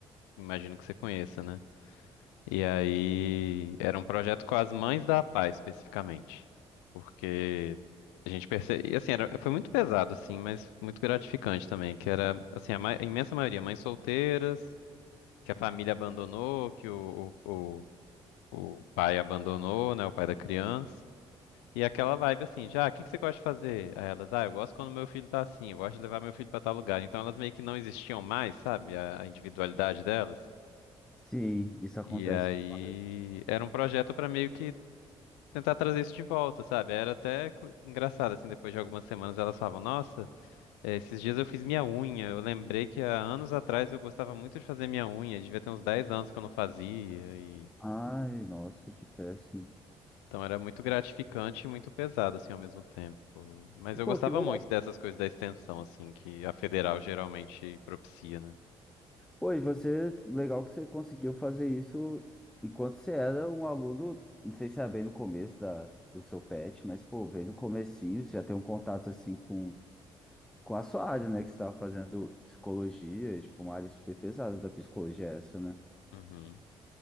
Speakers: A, on the left; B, in the centre.
A: Imagino que você conheça, né? E aí, era um projeto com as mães da APAE, especificamente. Porque a gente percebe. E assim, era, foi muito pesado, assim, mas muito gratificante também. Que era, assim, a, ma- a imensa maioria, mães solteiras, que a família abandonou, que o, o, o o pai abandonou, né? O pai da criança. E aquela vibe assim, já, o que que você gosta de fazer? Aí elas, ah, eu gosto quando meu filho tá assim, eu gosto de levar meu filho pra tal lugar. Então elas meio que não existiam mais, sabe? A, a individualidade delas.
B: Sim, isso acontece
A: E aí
B: demais.
A: era um projeto pra meio que tentar trazer isso de volta, sabe? Era até cu- engraçado, assim, depois de algumas semanas elas falavam, nossa, eh, esses dias eu fiz minha unha. Eu lembrei que há anos atrás eu gostava muito de fazer minha unha, devia ter uns 10 anos que eu não fazia.
B: Ai, nossa, que péssimo.
A: Então era muito gratificante e muito pesado, assim, ao mesmo tempo. Mas
B: E,
A: eu
B: pô,
A: gostava
B: que legal.
A: muito dessas coisas da extensão, assim, que a federal geralmente propicia, né?
B: Oi, você, legal que você conseguiu fazer isso enquanto você era um aluno, não sei se era bem no começo da, do seu PET, mas, pô, bem no comecinho, você já tem um contato, assim, com, com a sua área, né, que você estava fazendo psicologia, e, tipo, uma área super pesada da psicologia essa, né?
A: Uhum.